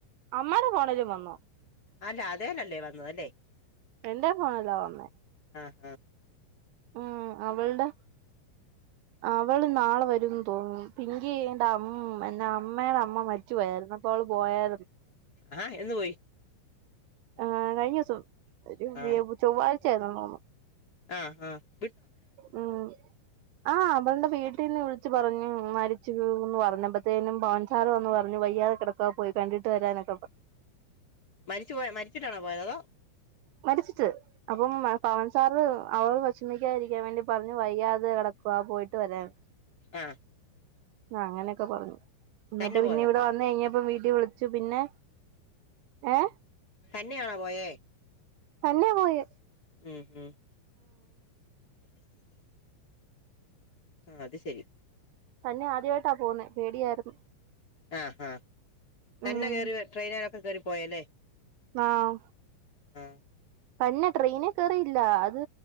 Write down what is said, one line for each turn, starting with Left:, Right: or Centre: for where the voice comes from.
Right: അമ്മേടെ ഫോണിലും വന്നോ?
Left: അല്ല അതേലല്ലേ വന്നത് അല്ലേ
Right: എന്റെ ഫോണിലാ വന്നെ
Left: ആ
Right: ഉം അവൾടെ അവള് നാളെ വരും തോന്നുന്നു പിങ്കി എന്റെ അമ്മ എന്ന അമ്മേടെ അമ്മ മരിച്ചുപോയായിരുന്നു അപ്പൊ അവള് പോയായ്രുന്നു
Left: ആഹ എന്ന് പോയി
Right: ആഹ കഴിഞ ദിവസം ഒരു
Left: ആ
Right: ചൊവ്വാഴ്ചയായിരുന്നുു
Left: ആഹ ആഹ
Right: ഉം ആഹ അവളുടെ വീട് കുട്ടീന്ന് വിളിച്ചു പറഞ്ഞു മരിച്ചുന്ന് പറഞ്ഞപ്പോത്തേനും പവൻസാർ വന്ന്ു പറഞ്ഞു വയ്യാതെ കിടക്കാ പോയി കണ്ടിട്ട് വരാനൊക്കെ
Left: മരിച്ചു പോയ മരിച്ചിട്ടാണോ പോയത്തോ
Right: മരിച്ചു അപ്പം പവൻ സാർ അവള് വിഷമിക്കാതിരിക്കാൻ വേണ്ടി പറഞ്ഞു വയ്യാതെ കിടക്കുക പോയിട്ട് വരാൻ
Left: ആഹ
Right: ആ അങ്ങനെയൊക്കെ പറഞ്ഞു എന്നി്
Left: തന്നെ
Right: പിന്നെ
Left: പോയോ
Right: ഇവിടെ വന്ന് കഴിഞ്ഞപ്പ ഇ വിളിച്ചു പിന്നെ ഏ
Left: തന്നെയാണോ പോയേ
Right: തന്നെ പോയി
Left: ഉം ഉം <inaudible> ആ അത് ശരി
Right: തന്നെ ആദ്യമായിട്ടാ പോന്നെ പേടിയായിരുന്നു
Left: ആഹ് ആ തന്നെ
Right: ഉം
Left: കേറി ട്രെയിനനൊക്കെ കയറി പോ - പോയില്ലേ ഇല്ലേ
Right: ആഹ
Left: ആഹ
Right: പിന്നെ ട്രെയിന കയറിയില്ല അത്